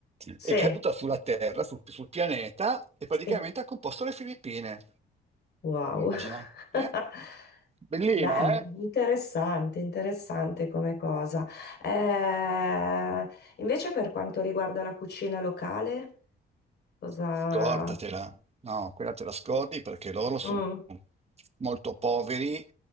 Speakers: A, on the left; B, on the right.
A: Sì,
B: è caduta sulla Terra, sul, sul pianeta, e praticamente
A: sì.
B: ha composto le Filippine.
A: Wow.
B: Immagina,
A: <laughs>
B: eh? Bellina,
A: Bello,
B: eh?
A: interessante, interessante come cosa. Eh, invece per quanto riguarda la cucina locale, cosa...
B: Scordatela, no, quella te la scordi perché loro sono
A: Mm.
B: molto poveri,